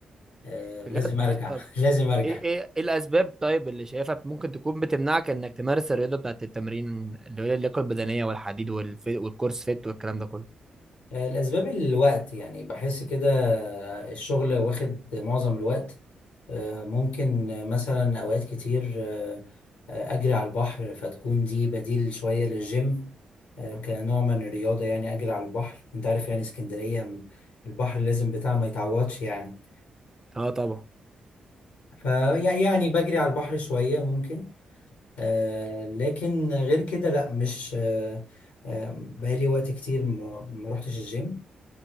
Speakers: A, on the left; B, on the right.
A: آه،
B: بجد
A: لازم ارجع
B: طب
A: <laughs> لازم ارجع
B: ايه ايه ايه الاسباب طيب اللي شايفها ممكن تكون بتمنعك انك تمارس الرياضه بتاعت التمرين اللي هي اللياقه البدنيه والحديد والفي- والكورس فيت والكلام ده كله
A: آه، الأسباب الوقت يعني بحس كده آه، الشغل واخد معظم الوقت آه، ممكن آه، مثلا أوقات كتير آه، آه، أجري على البحر فتكون دي بديل شوية للجيم آه، كنوع من الرياضة يعني أجري على البحر أنت عارف يعني اسكندرية م- البحر لازم بتاع ما يتعوضش يعني
B: اه طبعا
A: فيعني بجري على البحر شوية ممكن آه، لكن غير كده لأ مش آه، آه، بقالي وقت كتير ما ما روحتش الجيم